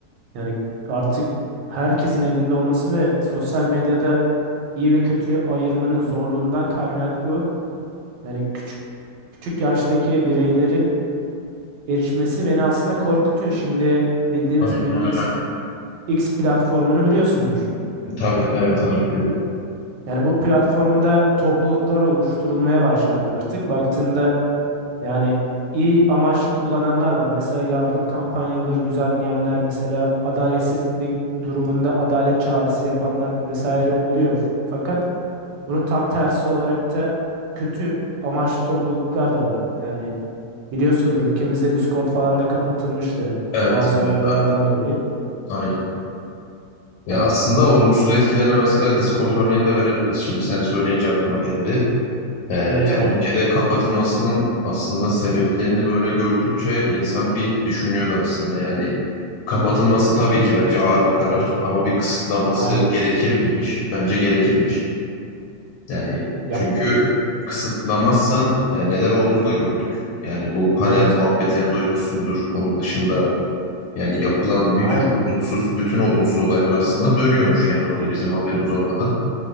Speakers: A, on the right (about 80°); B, on the left (about 85°).
A: yani artık herkesin elinde olması ve sosyal medyada iyi ve kötüyü ayırmanın zorluğundan kaynaklı yani küçük küçük yaştaki bireylerin erişmesi beni aslında korkutuyor. Şimdi bildiğimiz
B: Aynen
A: gibi X,
B: öyle.
A: X platformunu biliyorsundur.
B: Tabii evet harcıyorum.
A: Yani bu platformda topluluklar oluşturulmaya başlandı artık. Baktığında Yani iyi amaçlı kullananlar var. Mesela yardım kampanyaları düzenleyenler, mesela adaletsizlik durumunda adalet çağrısı yapanlar vesaire oluyor. Fakat bunun tam tersi olarak da kötü amaçlı topluluklar da var. Yani biliyorsundur ülkemizde Discord falan da kapatılmıştı
B: Evet
A: bazı olaylardan
B: evet abi
A: dolayı.
B: aynen. Ya
A: Yani
B: aslında olumsuz etkilerine mesela Discord örneğini de verebiliriz. Şimdi sen söyleyince aklıma geldi. Ee,
A: evet
B: yani
A: abi.
B: ülkede kapatılmasının aslında sebeplerini böyle gördükçe insan bir düşünüyordu aslında. Yani kapatılması tabii ki bence ağır bir karar ama bir kısıtlanması
A: Aynen.
B: gerekir miymiş? Bence gerekirmiş. Yani
A: Ya
B: çünkü kısıtlamazsan e, neler olduğunu da gördük. Yani bu panel
A: evet.
B: muhabbetlerini duymuşsundur. Onun dışında yani yapılan bir
A: Aynen.
B: tür olumsuz, bütün olumsuz olaylar aslında dönüyormuş yani orada bizim haberimiz olmadan.